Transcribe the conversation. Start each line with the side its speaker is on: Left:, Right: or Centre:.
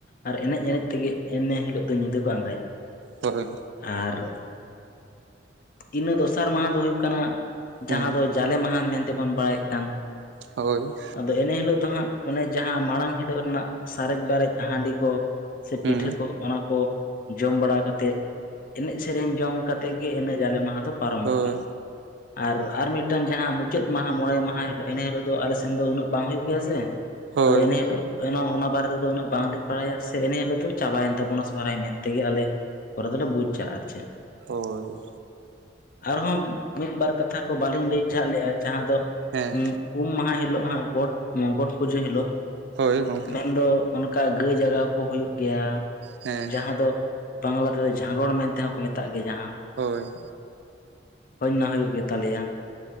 Left: ᱟᱨ ᱮᱱᱮᱡ ᱮᱱᱮᱡ ᱛᱮᱜᱮᱸ ᱮᱱᱮ ᱦᱤᱞᱳᱜ ᱫᱚ ᱧᱤᱫᱟᱹ ᱠᱚ ᱟᱸᱜᱟᱭᱟ᱾
Right: ᱦᱳᱭ᱾
Left: ᱟᱨ ᱤᱱᱟᱹ ᱫᱚᱥᱟᱨ ᱢᱟᱦᱟ ᱫᱚ ᱦᱩᱭᱩᱜ ᱠᱟᱱᱟ,
Right: ᱦᱩᱸ
Left: ᱡᱟᱦᱟᱸ ᱫᱚ ᱡᱟᱞᱮ ᱢᱟᱦᱟ ᱢᱮᱱᱛᱮᱵᱚᱱ ᱵᱟᱲᱟᱭᱮᱜ ᱠᱟᱱ᱾
Right: ᱦᱳᱭ᱾
Left: ᱟᱫᱚ ᱮᱱᱮ ᱦᱤᱞᱳᱜ ᱫᱚ ᱦᱟᱸᱜ ᱚᱱᱮ ᱡᱟᱦᱟᱸ ᱢᱟᱲᱟᱝ ᱦᱤᱞᱳᱜ ᱨᱮᱱᱟᱜ ᱥᱟᱨᱮᱡ ᱵᱟᱨᱮᱡ ᱦᱟᱺᱰᱤ ᱠᱚ ᱥᱮ
Right: ᱦᱩᱸ
Left: ᱯᱤᱴᱷᱟᱹ ᱠᱚ ᱚᱱᱟ ᱠᱚ ᱡᱚᱢ ᱵᱟᱲᱟ ᱠᱟᱛᱮᱜ ᱮᱱᱮᱡ-ᱥᱮᱨᱮᱧ ᱡᱚᱝ ᱠᱟᱛᱮ ᱜᱮ, ᱮᱱᱮᱡ ᱡᱟᱞᱮᱹ ᱢᱟᱦᱟ ᱫᱚ ᱯᱟᱨᱚᱢᱚᱜ
Right: ᱦᱳᱭ
Left: ᱜᱮᱭᱟ ᱟᱨ, ᱟᱨ ᱢᱤᱫ ᱢᱤᱫᱴᱟᱝ ᱡᱟᱦᱟᱸ ᱢᱩᱪᱟᱹᱫ ᱢᱟᱦᱟ ᱢᱚᱬᱮ ᱢᱟᱦᱟᱸ ᱦᱤᱞᱳᱜ ᱤᱱᱟᱹ ᱦᱤᱞᱳᱜ ᱫᱚ ᱟᱞᱮ ᱥᱮᱱ ᱫᱚ ᱩᱱᱟᱹᱜ ᱵᱟᱝ ᱦᱩᱭᱩᱜ ᱜᱮᱭᱟ ᱥᱮ᱾
Right: ᱦᱳᱭ
Left: ᱟᱫᱚ ᱮᱱᱮ ᱦᱤᱞᱳᱜ, ᱚᱱᱟ ᱵᱟᱨᱮ ᱛᱮᱫᱚ ᱩᱱᱟᱹᱜ ᱵᱟᱝ <unintelligible> ᱵᱟᱲᱟᱭᱟ ᱥᱮ ᱤᱱᱮ ᱦᱤᱞᱳᱜ ᱫᱚ ᱪᱟᱵᱟᱭᱮᱱ ᱛᱟᱵᱚᱱᱟ ᱥᱚᱦᱨᱟᱭ ᱢᱮᱱᱛᱮᱜᱮ ᱟᱞᱮ ᱠᱚᱨᱮ ᱫᱚᱞᱮ ᱵᱩᱡᱟ ᱟᱨ ᱪᱮᱫ᱾
Right: ᱦᱳᱭ᱾
Left: ᱟᱨᱦᱚᱸ ᱢᱤᱫᱵᱟᱨ ᱠᱟᱛᱷᱟ ᱠᱚ ᱵᱟᱞᱤᱧ ᱞᱟᱹᱭ ᱡᱷᱟᱜ ᱞᱮᱜᱼᱟ ᱡᱟᱦᱟᱸ ᱫᱚ
Right: ᱦᱮᱸ
Left: ᱩᱢ ᱢᱟᱦᱟᱸ ᱦᱤᱞᱳᱜ ᱦᱟᱸᱜ ᱜᱚᱴ, ᱜᱚᱴ ᱯᱩᱡᱟᱹ ᱦᱤᱞᱳᱜ
Right: ᱦᱳᱭ ᱜᱚᱝᱠᱮ
Left: ᱢᱮᱱ ᱫᱚ ᱚᱱᱠᱟ ᱜᱟᱹᱭ ᱡᱟᱜᱟᱣ ᱠᱚ ᱦᱩᱭᱩᱜ ᱜᱮᱭᱟ᱾
Right: ᱦᱮᱸ
Left: ᱡᱟᱦᱟᱸ ᱫᱚ ᱵᱟᱝᱞᱟ ᱛᱮᱫᱚ ᱡᱷᱟᱸᱜᱚᱲ ᱢᱮᱱ ᱛᱮ ᱦᱚᱸ ᱠᱚ ᱢᱮᱛᱟᱜ ᱜᱮᱭᱟ ᱡᱟᱦᱟᱸ᱾
Right: ᱦᱳᱭ᱾
Left: ᱦᱩᱭ ᱚᱱᱟ ᱦᱩᱭᱩᱜ ᱜᱮ ᱛᱟᱞᱮᱭᱟ